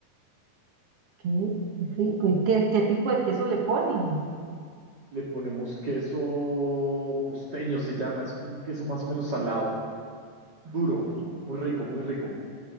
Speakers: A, on the right (about 85°); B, on the right (about 40°).
A: qué, qué rico. ¿Y qué, qué tipo de queso le ponen?
B: Le ponemos queso costeño, se llama, es como un queso más o menos salado, duro,
A: Ah, Ok.
B: muy rico, muy rico.